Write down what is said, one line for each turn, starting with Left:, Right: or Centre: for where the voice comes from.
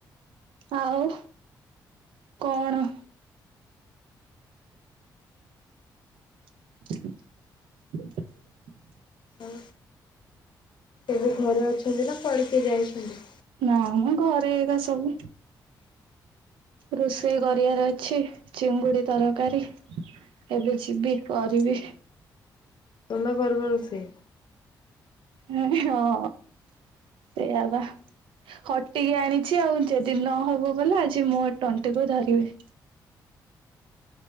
Right: ଆଉ କଣ? <inaudible>
Left: ଆଉ ଏବେ ଘରେ ଅଛନ୍ତି ନା କୁଆଡେ଼ କିଏ ଯାଇଛନ୍ତି?
Right: ନା ଆମ ଘରେ ଏଗା ସବୁ। ରୋଷେଇ କରିବାର ଅଛି ଚିଙ୍ଗୁଡି ତରକାରୀ। ଏବେ ଯିବି କରିବି।
Left: ତମେ କରୁନ ରୋଷେଇ?
Right: ହଁ ସେଇଆ ବା ହଟିକି ଆଣିଛି ଆଉ ଯଦି ନହବ ଗଲେ ଆଜି ମୋ ତଣ୍ଟିକୁୁ ଧରିବେ।